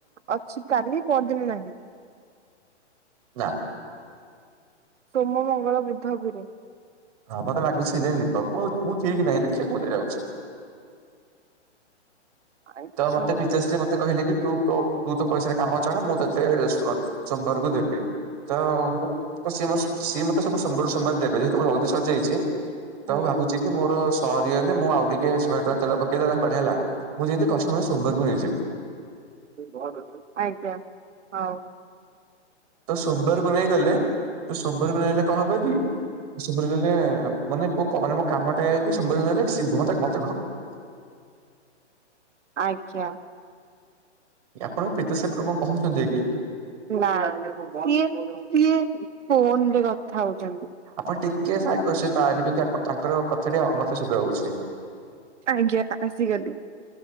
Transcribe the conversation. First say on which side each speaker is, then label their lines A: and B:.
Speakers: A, on the right; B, on the right.
A: ଅଛି କାଲି, ପଅରଦିନ ନାହିଁ।
B: ନା।
A: ସୋମ, ମଙ୍ଗଳ, ବୁଧ, ଗୁରୁ।
B: ହଁ ମତେ ଲାଗୁଛି ସେଇ ଯାଏ ଯିବ, ମୁଁ ମୁଁ ଠିକ୍ ନାଇଁ, ଦେଖିଆ କୋଉଥିରେ ଯାଉଛି।
A: ଆଚ୍ଛା
B: ତ ମତେ ପିତାଶ୍ରୀ ମତେ କହିଲେ କି, ତୁ ତୋ ତୁ ତୋ ପଇସାରେ କାମ ଚଳା, ମୁଁ ତତେ ରସୁଆ ସୋମବାରକୁ ଦେବି। ତ ମୁଁକ୍ ସିଏ ସିଏ ମତେ ସବୁ ସୋମବାର ରୁ ସୋମବାର ଦେବେ, ଯେହେତୁ ମୋର ଜଲ୍ଦି ସରି ଯାଇ ଚି,
A: ଆଜ୍ଞା
B: ମୁଁ ଭାବୁଚି କି ମୋର ସରିଗଲେ, ମୁଁ ଆଉ ଟିକେ ଶହେ ଟଙ୍କା ତେଲ ପକ୍ ପକେଇ ଦେଲା ପରେ ହେଲା, ମୁଁ ଯେମିତି କଷ୍ଟମଷ୍ଟେ ସୋମବାର କୁ ନେଇଯିବି।
A: ବହତ୍ ରାତିରେ ଆଜ୍ଞ, ହଉ।
B: ତ ସୋମବାରକୁ ନେଇ ଗଲେ, ସୋମବାରକୁ ନେଇଗଲେ କଣ ହବ କି, ସୋମବାରକୁ ହେଲେ ମାନେ ମୋ କୋ କାମ ଟା ହେଇକି, ସୋମବାର କୁ ରହିଲେ <unintelligible>
A: ଆଜ୍ଞା।
B: ଆପଣଙ୍କୁ ପିତାଶ୍ର କଣ କହୁଚନ୍ତି କି?
A: ନା, ସିଏ ସିଏ ଫୋନ୍ ରେ କଥା ହଉଚନ୍ତି।
B: ଆପଣ ଟିକେ ସାଇଡିକୁ ଆସିବେ, ତା ଧିରେକି ଆପଣ ତାଙ୍କର କଥା ଟି ମତେ ଶୁଭା ଯାଉଚି।
A: ଆଜ୍ଞା, ଆସିଗଲି।